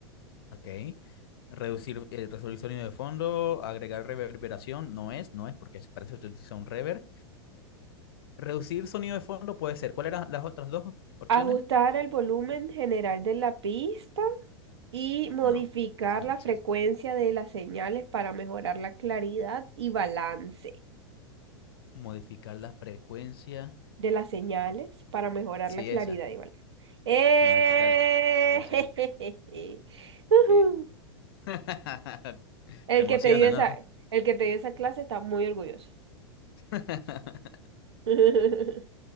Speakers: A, on the left; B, on the right.
A: Ok. Reducir, eh, resolver sonido de fondo, agregar reverberación, no es, no es, porque para eso se utiliza un reverb. Reducir sonido de fondo puede ser. ¿Cuáles eran las otras dos opciones?
B: Ajustar el volumen general de la pista y modificar
A: No, ese es el
B: la
A: mixer.
B: frecuencia de las señales para mejorar la claridad y balance.
A: Modificar la frecuencia.
B: de las señales para mejorar
A: Sí,
B: la claridad
A: esa.
B: y valor. ¡Eh!
A: Modificarla. Sí, sí,
B: <laughs> Ujú.
A: sí. <laughs>
B: El
A: Te emociona,
B: que te dio esa,
A: ¿no?
B: el que te dio esa clase está muy orgulloso.
A: <laughs>
B: <laughs>